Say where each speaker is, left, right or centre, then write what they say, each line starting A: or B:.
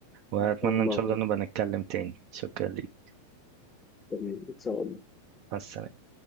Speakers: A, on the right; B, on the left.
A: وأتمنى
B: والله
A: إن شاء الله نبقى نتكلم تاني شكرا ليك
B: تمام إن شاء الله
A: مع السلامة